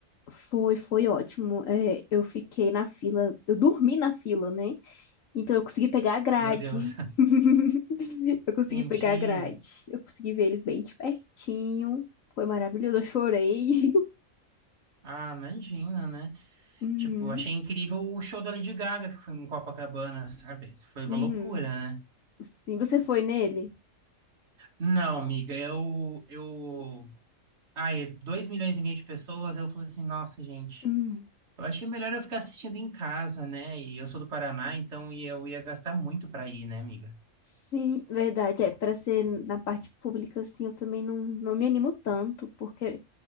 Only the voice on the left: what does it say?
Foi, foi ótimo. É, eu fiquei na fila, eu dormi na fila, né? Então eu consegui pegar a grade.
<laughs> Eu consegui
pegar a grade. Eu consegui ver eles bem de pertinho. Foi maravilhoso, eu chorei. <laughs>
Uhum.
Uhum.
Sim, você foi nele?
hum
Sim, verdade. É, para ser na parte pública, assim, eu também não, não me animo tanto, porque